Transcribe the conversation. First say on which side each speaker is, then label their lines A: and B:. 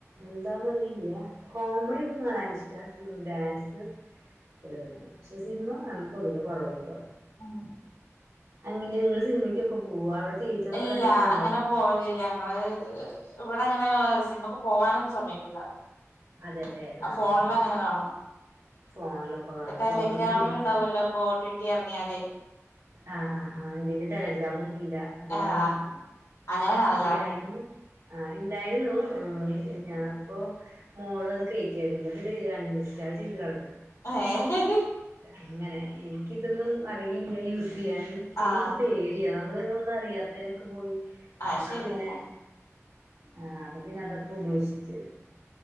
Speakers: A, on the right (about 80°); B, on the left (about 80°).
A: എന്താന്ന്റിയില്ല കോമഡിയ ഒക്കെ കാണൻ ഇഷ്ട പിന്നെ ഡാൻസ് ഏഹ് പക്ഷെ സിനിമ കാണല് പൊതുവേ കുറവായിപ്പാ
B: <unintelligible>
A: അങ്ങനെ നിങ്ങൾ സിനിമയ്ക്കൊക്കെ പോക അവിടെ തിയേറ്ററൊക്കെ
B: ഇല്ല
A: അടുത്തുണ്ടോ
B: അങ്ങനെ പോലില്ല ഞങ്ങള് ഇവിടെ അങ്ങനെ സിനിമക്ക് പോവാനൊന്നും സമക്കൂല്ല
A: അതെല്ലേ
B: ആഹ് ഫോണില്
A: അത്
B: അങ്ങനെ
A: ശരി
B: കാണും
A: ഫോണിലൊക്കെ കാണും
B: ടെല
A: ഫോണിലിപ്പോ
B: ഗ്രാമില
A: സിനിമ
B: ഉണ്ടാവല്ലോ ഒട്ടിട്ടി ഇറങ്ങിയാല്
A: ആഹ് ആഹ് ആഹ് എന്റെയ്ല് ടെലഗ്രാം ഒന്നുല്ല അത്
B: ആഹ്
A: കാരണം
B: അങ്ങനെ കാണലാണ്
A: ഇണ്ടായിരുന്നു ആഹ് ഇണ്ടായിരുന്നു ആഹ് ഞാൻപ്പോ മോള് അത് കയറ്റി അയിരുന്നു അൺ ഇൻസ്റ്റാൾ ചെയ്ത് കളഞ്ഞു
B: <unintelligible>
A: അങ്ങനെ എനിക്കിതൊന്നും അറിയില്ല യൂസ് ചെയ്യാൻ പിന്നെ
B: ആഹ്
A: എനിക്ക്പ്പോ പേടിയതാ നമ്മളിങ്ങനെ ഒന്നും അറിയാത്തേനൊക്കെ പോയി
B: അത്
A: അപ്പൊ
B: ശരിയെന്നെ
A: പിന്നെ ആഹ് അപ്പൊ പിന്നെ അതൊക്കെ ഉപേക്ഷിച്ചു